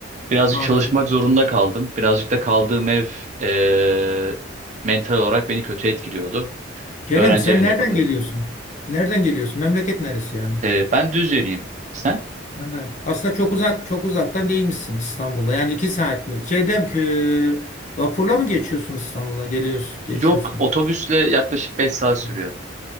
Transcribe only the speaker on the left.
Anladım.
Kerem
sen
nereden
geliyorsun? Nereden geliyorsun? Memleket neresi yani?
Ha, Aslında çok uzak çok uzaktan değilmişsiniz İstanbul'a. Yani iki saat mi? Şeyden ki vapurla mı geçiyorsun İstanbul'a? Geliyorsun, geçiyorsun.
Hı,